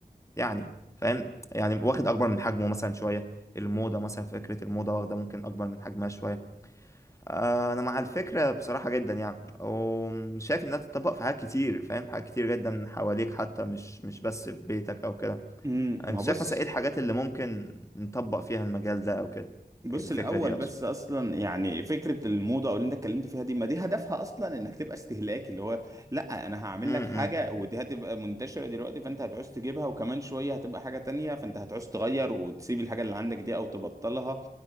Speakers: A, on the left (about 20°); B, on the right (about 20°).
A: يعني فاهم يعني واخد اكبر من حجمه مثلا شويه الموضه مثلا فكره الموضه واخده ممكن اكبر من حجمها شويه أه، انا مع الفكره بصراحه جدا يعني وشايف انها تتطبق في حاجات كتير فاهم حاجات كتير جدا حواليك حتى مش مش بس في بيتك او كده
B: امم
A: انت
B: ما هو
A: شايف
B: بص
A: مثلا ايه الحاجات اللي ممكن نطبق فيها المجال ده او كده
B: بص
A: الفكره
B: الاول
A: دي اقصد
B: بس اصلا يعني فكره الموضه او اللي انت اتكلمت فيها دي ما دي هدفها اصلا انك تبقى استهلاكي اللي هو لا انا هعمل
A: امم
B: لك حاجه
A: امم
B: ودي هتبقى منتشره دلوقتي فانت هتعوز تجيبها وكمان شويه هتبقى حاجه تانية فانت هتعوز تغير وتسيب الحاجه اللي عندك دي او تبطلها